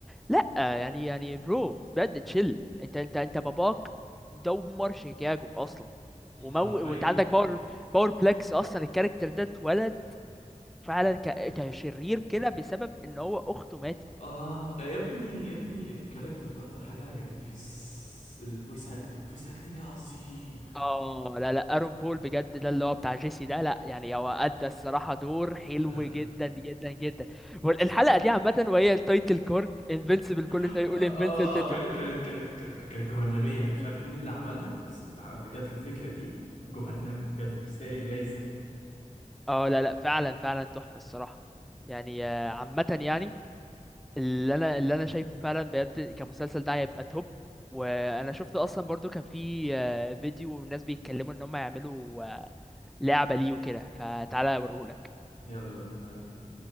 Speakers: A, in the centre; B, on the left (about 65°).
A: لا يعني يعني برو بجد تشيل انت انت انت باباك دمر شيكاغو اصلا ومو
B: حرفيا
A: وانت عندك باور باور بلاكس اصلا الكاركتر ده اتولد فعلا ك... كشرير كده بسبب ان هو اخته ماتت
B: اه يا ابني يا ابني الكاركتر ده اكتر حاجة عجبتني في الفويس اكتنج فويس اكتنج عظيم
A: اه لا لا ارون بول بجد ده اللي هو بتاع جيسي ده لا يعني هو ادى الصراحه دور حلو
B: آه
A: جدا جدا جدا والحلقه دي عامه وهي التايتل كورد انفينسيبل كل
B: اه
A: شويه يقول انفينسيبل تطلع
B: كانت كانت كانت ك- كانت جهنمية انا مش عارف مين اللي عملها بس اللي اللي جات له الفكرة دي جهنمي بجد يستاهل جايزة
A: اه لا لا فعلا فعلا تحفه الصراحه يعني آه، عامه يعني اللي انا اللي انا شايفه فعلا بجد كمسلسل ده هيبقى توب وانا شفت اصلا برضو كان في آه، فيديو والناس بيتكلموا ان هم يعملوا آه، لعبة ليه وكده فتعالى اوريهولك
B: يلا يلا تعالى بينا